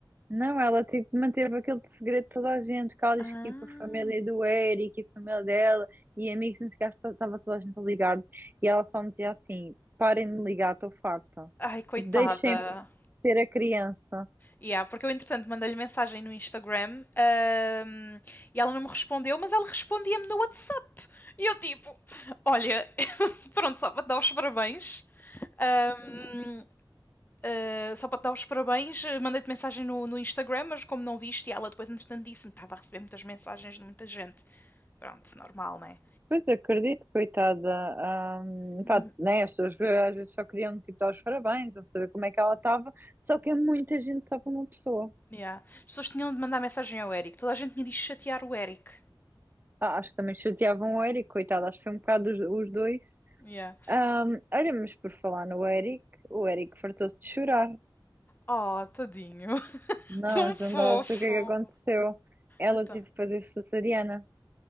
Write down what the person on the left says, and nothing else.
Ah.
Ai, coitada.
Yeah, porque eu, entretanto, mandei-lhe mensagem no Instagram ahm, e ela não me respondeu, mas ela respondia-me no WhatsApp. E eu, tipo, olha, <laughs> pronto, só para te dar os parabéns. ahm, ah, só para te dar os parabéns, eh, mandei-te mensagem no, no Instagram, mas como não viste, e ela depois, entretanto, disse-me que estava a receber muitas mensagens de muita gente. Pronto, normal, né?
Uhum,
yeah. As pessoas tinham de mandar mensagem ao Eric. Toda a gente tinha de chatear o Eric.
Yeah.
Oh, tadinho. <laughs>
Tão
fofo.
Então.